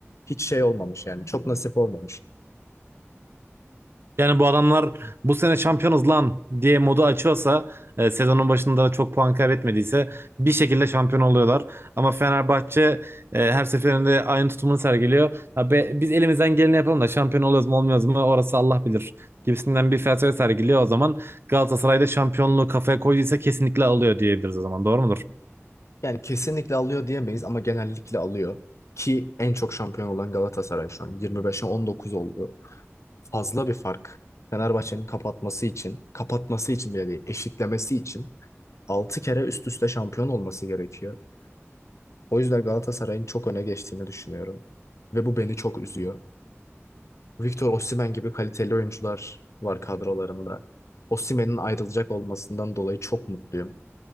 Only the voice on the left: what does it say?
hiç şey olmamış yani çok nasip olmamış.
Yani kesinlikle alıyor diyemeyiz ama genellikle alıyor. Ki en çok şampiyon olan Galatasaray şu an 25'e 19 oldu. Fazla bir fark. Fenerbahçe'nin kapatması için, kapatması için bile değil, eşitlemesi için 6 kere üst üste şampiyon olması gerekiyor. O yüzden Galatasaray'ın çok öne geçtiğini düşünüyorum. Ve bu beni çok üzüyor. Victor Osimhen gibi kaliteli oyuncular var kadrolarında. Osimhen'in ayrılacak olmasından dolayı çok mutluyum.